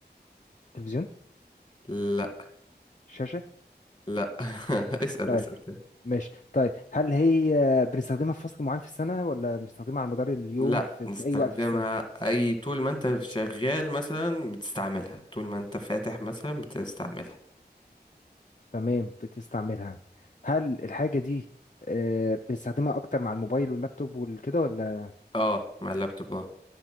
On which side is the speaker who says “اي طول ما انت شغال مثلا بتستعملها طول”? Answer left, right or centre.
Left